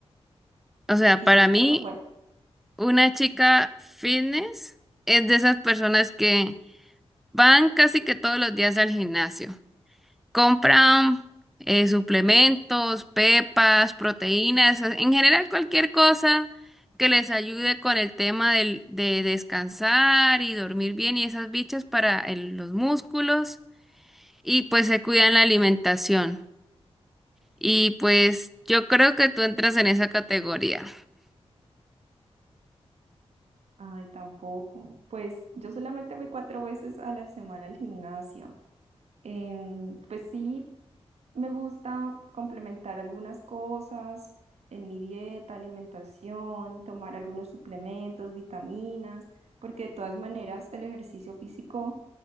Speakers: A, in the centre; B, on the right.
A: o sea,
B: sí,
A: para
B: he estado,
A: mí,
B: bueno,
A: una chica fitness es de esas personas que van casi que todos los días al gimnasio. Compran eh, suplementos, pepas, proteínas, eh, en general cualquier cosa que les ayude con el tema del- de descansar y dormir bien y esas bichas para el- los músculos y pues se cuidan la alimentación. Y pues yo creo que tú entras en esa categoría.
B: ay, tampoco. Pues yo solamente voy cuatro veces a la semana al gimnasio. Em, pues sí, Me gusta complementar algunas cosas en mi dieta, alimentación, tomar algunos suplementos, vitaminas, porque de todas maneras el ejercicio físico